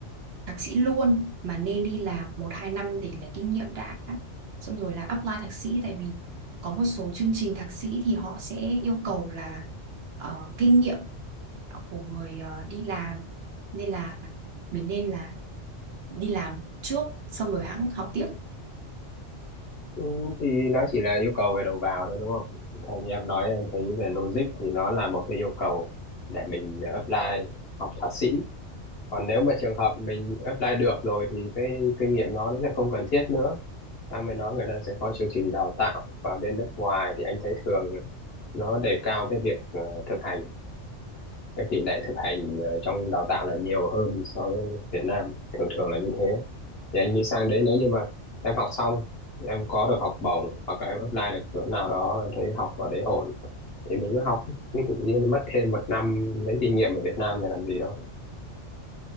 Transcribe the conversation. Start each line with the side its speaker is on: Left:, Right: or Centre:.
Right: thạc sĩ luôn mà nên đi làm một hai năm để lấy kinh nghiệm đã xong rồi là apply thạc sĩ tại vì có một số chương trình thạc sĩ thì họ sẽ yêu cầu là ờ, kinh nghiệm của người ờ, đi làm nên là mình nên là đi làm trước xong rồi hãng học tiếp
Left: Ừ, thì nó chỉ là yêu cầu về đầu vào thôi đúng không? Còn như em nói anh thấy về logic thì nó là một cái yêu cầu để mình apply học thạc sĩ. Còn nếu mà trường hợp mình apply được rồi thì cái kinh nghiệm nó nó sẽ không cần thiết nữa. Sang bên đó người ta sẽ có chương trình đào tạo và bên nước ngoài thì anh thấy thường nó đề cao cái việc ờ, thực hành các tỷ lệ thực hành ờ, trong đào tạo là nhiều hơn so với Việt Nam thường thường là như thế thì anh nghĩ sang đấy nếu như mà em học xong em có được học bổng hoặc là em apply được chỗ nào đó em thấy học ở đấy ổn thì mình cứ học chứ tự nhiên mất thêm một năm lấy kinh nghiệm ở Việt Nam này làm gì đâu